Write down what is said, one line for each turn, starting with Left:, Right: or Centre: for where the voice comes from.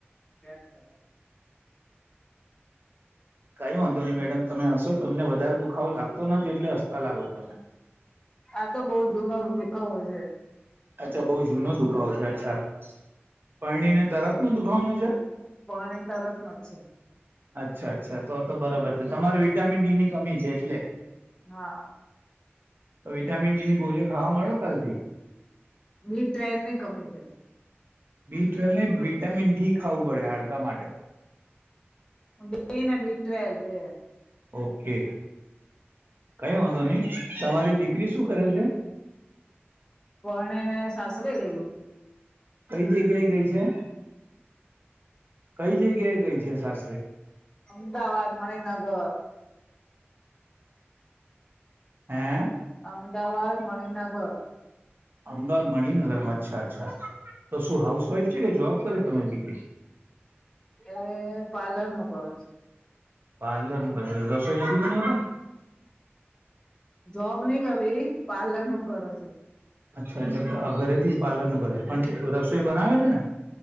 Left: ત્યાજ કરવા
Right: કઈ વાંધો નઈ મેડમ તમે હશો તમને વધારે દુખાવો લાગતો નથી એટલે હસતા લાગો તમેં.
Left: આ તો બઉ જૂનો દુખાવઓ હોય છે.
Right: અચ્છા બઉ જૂનો દુખાવો છે અચ્છા પરણીને તરત નો દુખાવાનો છે.
Left: પરણી તરત નો છે.
Right: અચ્છા અચ્છા તો તો બરોબર છે તમારે વિટામિન ડીની કમી છે એટલે.
Left: હા.
Right: તો વિટામિન ડીની ગોળીઓ ખાવા મડો કાલથી.
Left: બી ટવેલ ની કમી છે.
Right: બી ટ્વેલ નઈ વિટામિન ડી ખાવું પડે હાડકા માટે.
Left: અમે બેને બી ટ્વેલ છે.
Right: ઓકે. કઈ વાંધો નહી તમારી દીકરી શું કરે છે?
Left: પરણીને સાસરે ગય.
Right: કઈ જગ્યા એ ગઈ છે? કઈ જગ્યાએ ગઈ છે સાસરે
Left: અમદાવાદ મણિનગર. અમ
Right: હે
Left: અમદાવાદ મણિનગર.
Right: અમદાવાદ મણિનગરમાં અચ્છા અચ્છા તો શું હાઉસવાઈફ છે કે જોબ કરે તમાર દી
Left: એ પાર્લર નો કર છ.
Right: પાર્લર રસોઈ નથી બનાવતા?
Left: જોબ નઈ કરતી પાર્લર નું કર છ.
Right: અચ્છા એટલે ઘરેથી પાર્લર નું કરે છે પણ રસોઈ બનાવે છે ને.